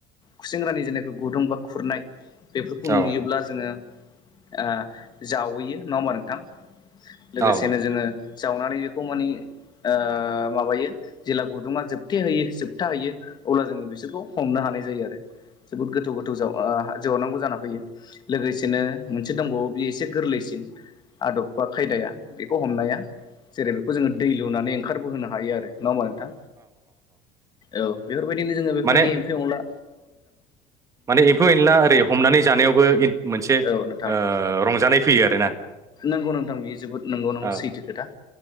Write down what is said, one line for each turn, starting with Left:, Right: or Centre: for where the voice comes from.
Left: खुसेंग्रानि जेखि गुदुं बा खुरनाय बेफोरखौ
Right: औ
Left: नुयोब्ला जोङो ओ जावहैयो नङा होमबा नोंथां लोगोसेनो
Right: औ
Left: जोङो जावनानै बेखौ मानि ओ माबायो जेब्ला गुदुङा जोब थोबथे होयो जोबथा होयो अब्ला जोङो बिसोरखौ हमनो हानाय जायो आरो जोबोद गोथौ गोथौ गोथौ जावनांगौ जाना फैयो लोगोसेनो मोनसे दंबावो बे एसे गोरलैसिन आदब बा खायदाया बेखौ हमनाया जेरै बेखौ जोङो दै लुनानै ओंखारबोहोनो हायो आरो नङा होमबा नोंथां औ बेफोरबायदिनो जोङो बेफोरबायदि
Right: माने
Left: एम्फौ एनला
Right: माने एम्फौ एनला ओरै हमनानै जानायावबो मोनसे ओ
Left: औ नोंथां
Right: रंजानाय फैयो आरोना
Left: नंगौ नोंथां बियो जोबोद नंगौ नंगौ
Right: औ
Left: सैथो खोथा